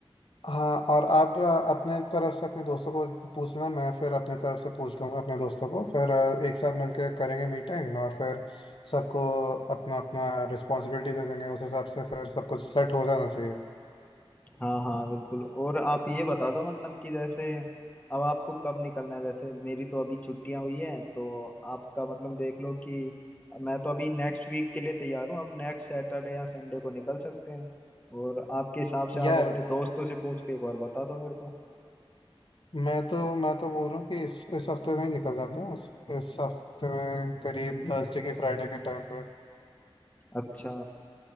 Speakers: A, on the left; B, on the left.
A: हाँ और आप अ, अपने तरफ से अपने दोस्तों को पूछना मैं फिर अपने तरफ से पूछ लूंगा अपने दोस्तों को फिर अ, एक साथ मिलकर करेंगे मीटिंग और फिर सबको अपना अपना रिस्पॉन्सिबिलिटी दे देंगे उस हिसाब से फिर सब कुछ सेट हो जाना चाहिए
B: हाँ हाँ बिल्कुल और आप ये बता दो मतलब कि जैसे अब आपको कब निकलना है जैसे मेरी तो अभी छुट्टियां हुई है तो आपका मतलब देख लो कि मैं तो अभी नेक्स्ट वीक के लिए तैयार हूँ अब नेक्स्ट सैटरडे या संडे को निकल सकते हैं और आपके हिसाब से आप
A: यार
B: अपने दोस्तों से पूछ के एक बार बता दो मेरे को
A: मैं तो मैं तो बोल रहा हूँ कि इस इस हफ्ते में ही निकल जाता है इस, इस हफ्ते में करीब थर्सडे के फ्राइडे के टाइम पे
B: अच्छा